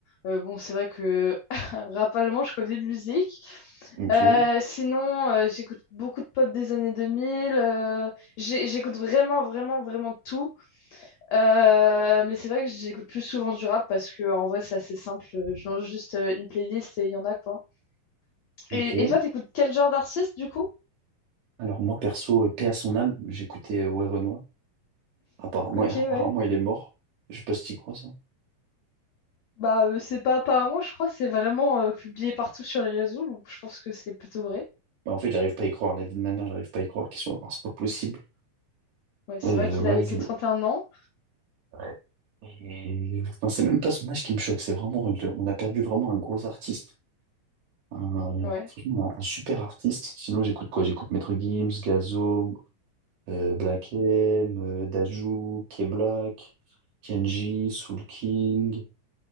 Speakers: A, on the left (about 85°); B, on the right (about 70°).
A: Euh, bon, c'est vrai que <laughs> rap allemand, je connais de musique.
B: ok,
A: Euh, sinon, euh, j'écoute beaucoup de pop des années 2000. euh, j'ai- j'écoute vraiment, vraiment, vraiment de tout. Euh, mais c'est vrai que j'écoute plus souvent du rap parce que en vrai, c'est assez simple. Je lance juste euh, une playlist et il y en a quoi.
B: ok.
A: Et, et toi, t'écoutes quel genre d'artiste du coup?
B: Alors moi perso, euh, paix à son âme, j'écoutais euh, Ouais Renoir. Apparemment,
A: Ok,
B: apparemment,
A: ouais.
B: il est mort. Je sais pas si t'y crois, ça.
A: Bah, euh, c'est pas apparemment, je crois, c'est vraiment euh, publié partout sur les réseaux, donc je pense que c'est plutôt vrai.
B: Bah, en fait, j'arrive pas à y croire. La vie de ma mère, j'arrive pas à y croire qu'il soit mort. C'est pas possible.
A: Ouais, c'est
B: Euh,
A: vrai qu'il
B: ouais,
A: avait que
B: il-
A: 31 ans.
B: ouais. Et- enfin, c'est même pas son âge qui me choque. C'est vraiment, le- on a perdu vraiment un gros artiste. Un,
A: Ouais.
B: franchement, un, super artiste. Sinon, j'écoute quoi? J'écoute Maître Gims, Gazo, euh, Black M, euh, Dajou, K-Black, Kenji, Soul King,